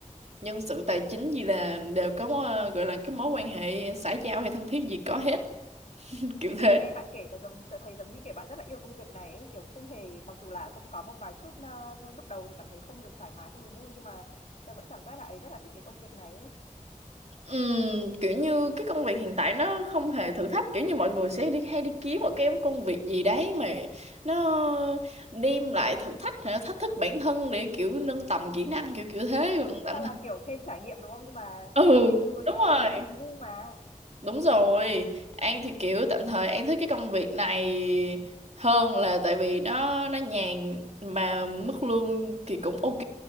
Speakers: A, on the right (about 55°); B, on the left (about 60°).
A: Nhân sự tài chính gì là đều có ờ, gọi là cái mối quan hệ xã giao hay thân thiết gì có hết <laughs> kiểu
B: mà
A: thế.
B: nghe bạn kể tớ giống tớ thấy giống như kiểu bạn rất là yêu công việc này ấy, kiểu không hề mặc dù là cũng có một vài chút ờ, lúc đầu thì cảm thấy không được thoải mái không được vui nhưng mà tớ vẫn cảm giác là ấy rất là thích cái công việc này ấy.
A: Ừm, kiểu như cái công việc hiện tại nó không hề thử thách kiểu như mọi người sẽ đi hay đi kiếm một cái công việc gì đấy mà nó đem lại thử thách hay là thách thức bản thân để kiểu nâng tầm kỹ năng kiểu kiểu thế còn tạm
B: Chắc
A: thời
B: là kiểu thêm trải nghiệm đúng không nhưng mà
A: ừ
B: tùy người
A: đúng
B: tùy
A: rồi
B: sở thích tùy gu mà
A: Đúng rồi, An thì kiểu tạm thời An thích cái công việc này hơn là tại vì nó nó nhàn mà mức lương thì cũng ok